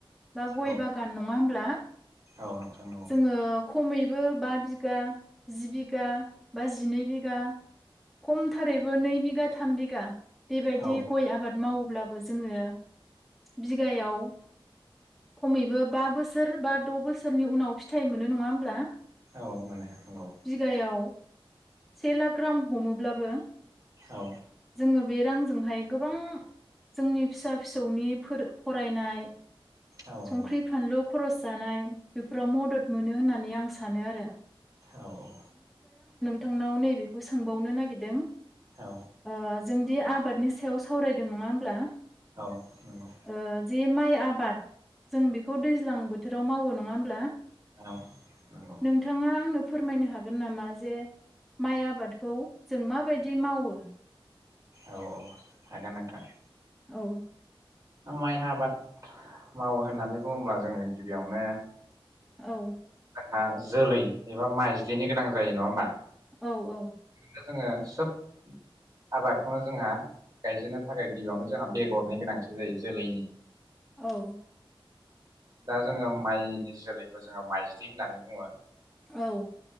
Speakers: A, in the centre; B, on the right.
A: बा गय
B: औ
A: बागान नं ङा होमब्ला?
B: औ नोंथां नंगौ।
A: जोङो खमैबो बा बिगा जि बिगा बा जिनै बिगा खमथारैबो नै बिगा थाम बिगा बेबायदि
B: औ
A: गय आबाद माव ब्लाबो जोङो बिगायाव खमैबो बा बोसोर बा द बोसोर नि उनाव फिथाइ मोनो नङा होमब्ला?
B: औ मोनो औ।
A: बिगायाव से लाख ग्राम हमो ब्लाबो
B: औ
A: जोङो बे रांजोंहाय गोबां जोंनि फिसा फिसौनि फोर फरायनाय
B: औ
A: संख्रि
B: नंगौ
A: फानलु खरस जानाय। बेफोराव मदद मोनो होननानै आं सानो। आरो
B: औ औ।
A: थांनाव नैबेखौ सोंबावनो नागिरदों।
B: औ
A: ओ जोंदि आब बादनि सायाव सावरायदों नङा होमब्ला?
B: औ नंगौ।
A: ओ जे माइ आबाद जों बेखौ दैज्लां बोथोराव मावो न नङा होमब्ला?
B: हेल' नंगौ।
A: नोंथाङा आंनो फोरमायनो हागोन नामा जे माइ आबादखौ जों माबायदि मावो
B: औ औ हागोन नोंथां
A: औ
B: माइ आबाद मावो होननानै बुङोब्ला जोङो गिबियावनो
A: औ
B: हा जोलै एबा माइज्लिनि गोनां जायो नङा होमबा?
A: औ औ
B: दा जोङो सोब आबादखौनो जोंहा गायजेननो थाखाय गिबियावनो जोंहा बेगरनि गोनांथि जायो जोलैनि।
A: औ
B: दा जोङो माइनि जोलैखौ जोङो माइजलि होननानै बुङो।
A: औ